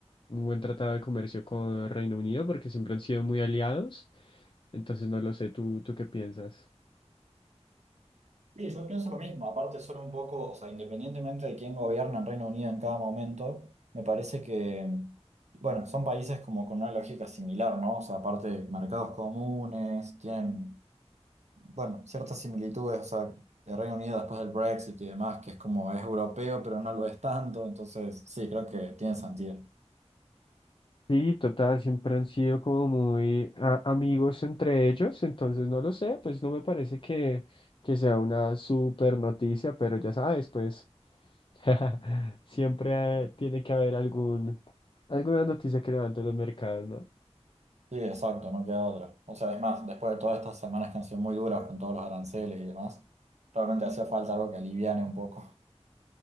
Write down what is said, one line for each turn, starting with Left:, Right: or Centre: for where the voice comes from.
Left: un buen tratado de comercio con el Reino Unido, porque siempre han sido muy aliados, entonces no lo sé, ¿tú, tú qué piensas?
Right: Sí, yo pienso lo mismo. Aparte, son un poco, o sea, independientemente de quién gobierna en Reino Unido en cada momento, me parece que, bueno, son países como con una lógica similar, ¿no? O sea, aparte, mercados comunes, tienen, bueno, ciertas similitudes, o sea, el Reino Unido después del Brexit y demás, que es como es europeo, pero no lo es tanto, entonces sí, creo que tiene sentido.
Left: Sí, total, siempre han sido como muy a- amigos entre ellos, entonces no lo sé, pues no me parece que, que sea una super noticia, pero ya sabes, pues <laughs> siempre eh, tiene que haber algún, alguna noticia que levante los mercados, ¿no?
Right: Sí, exacto, no queda otra. O sea, es más, después de todas estas semanas que han sido muy duras con todos los aranceles y demás, realmente hacía falta algo que aliviane un poco.